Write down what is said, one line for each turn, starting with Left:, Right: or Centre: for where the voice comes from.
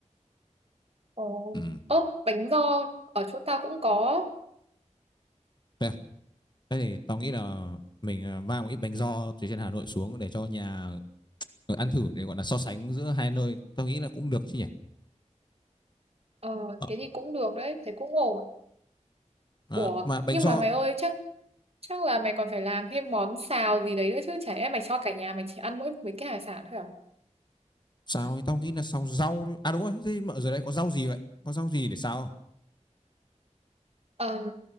Right: Ồ
Left: ừ.
Right: ố, bánh giò ở chỗ tao cũng có
Left: thế, à? thế thì tao nghĩ là mình ờ, mang một ít bánh giò từ trên Hà Nội xuống để cho nhà ờ, ăn thử để gọi là so sánh giữa hai nơi tao nghĩ là cũng được chứ nhỉ
Right: Ờ
Left: Ờ,
Right: thế thì cũng được đấy Thế cũng ổn
Left: à,
Right: Ủa
Left: mà bánh
Right: nhưng
Left: giò
Right: mà mày ơi chắc chắc là mày còn phải làm thêm món xào gì đấy nữa chứ Chả lẽ mày cho cả nhà mày chỉ ăn mỗi mấy cái hải sản thôi à
Left: sao ấy? tao nghĩ là xào rau thôi. à đúng rồi thế mà ở dưới đây có rau gì vậy có rau gì để xào không
Right: Ờm,